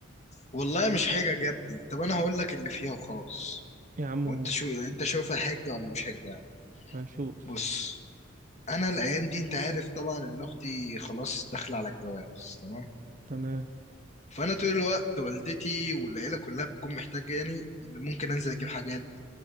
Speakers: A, on the left (about 35°); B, on the right (about 40°).
A: والله مش حجج يا ابني طب انا هقول لك اللي فيها وخلاص
B: يا عم
A: وانت شو انت شايفها حجه ولا مش حجه يعني
B: هنشوف
A: بص انا الايام دي انت عارف طبعا ان اختي خلاص داخله على الجواز تمام
B: تمام
A: فانا طول الوقت والدتي والعيله كلها بتكون محتاجه يعني ان ممكن انزل اجيب حاجات